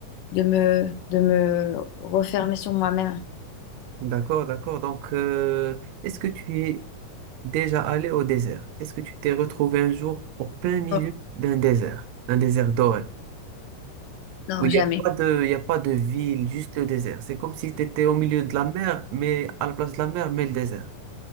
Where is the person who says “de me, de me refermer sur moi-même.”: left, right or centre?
Left